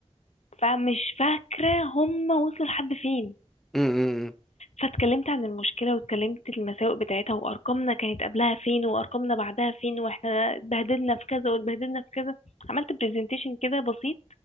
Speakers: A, on the left; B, in the centre.
A: فمش فاكرة هما وصلوا لحد فين
B: مم. مم. مم.
A: فاتكلمت عن المشكلة واتكلمت المساوئ بتاعتها وأرقامنا كانت قبلها فين وأرقامنا بعدها فين وإحنا اتبهدلنا في كذا واتبهدلنا في كذا عملت برزنتيشن كده بسيط